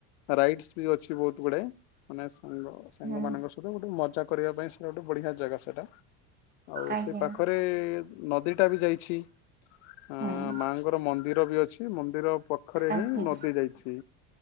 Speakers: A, on the left (about 85°); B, on the right (about 25°).
A: ରାଇଟସ୍ ବି ଅଛି ବହୁତ ଗୁଡାଏ ତା ମାନେ ସାଙ୍ଗ ସାଙ୍ଗ
B: ହୁଁ
A: ମାନଙ୍କ ସହିତ ଗୋଟେ ମଜ୍ କରିବା ପାଇଁ ସେଟ ଗୋଟେ ବଢିଆ ଜାଗା ସେଇଟା। ଆଉ
B: ଆଜ୍ଞା
A: ସେ ପାଖରେ ନଦୀ ଟା ବି ଯାଇଛି ହଁ
B: ହୁଁ
A: ମାଙ୍ଗର ମ ମନ୍ଦିର ବି ଅଛି ମନ୍ଦିର ପଖରେ
B: ଆଜ୍ଞା
A: ହିଁ ନଦୀ ଯାଇଛି।